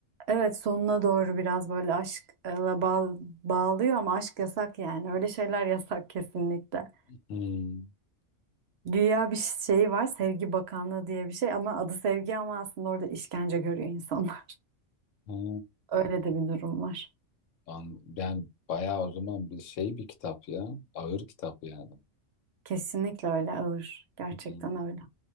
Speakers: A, on the right; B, on the left.
A: Evet sonuna doğru biraz böyle aşkla bağ- bağlıyor ama aşk yasak yani. Öyle şeyler yasak kesinlikle.
B: Hmm,
A: Dünya bir şey var sevgi bakanlığı diye bir şey ama adı sevgi ama aslında orada işkence görüyor insanlar.
B: hmm.
A: <laughs> Öyle de bir durum var.
B: Ben, ben bayağı o zaman bir şey bir kitap ya. Ağır kitap yani.
A: Kesinlikle öyle ağır. Gerçekten
B: Hmm.
A: öyle.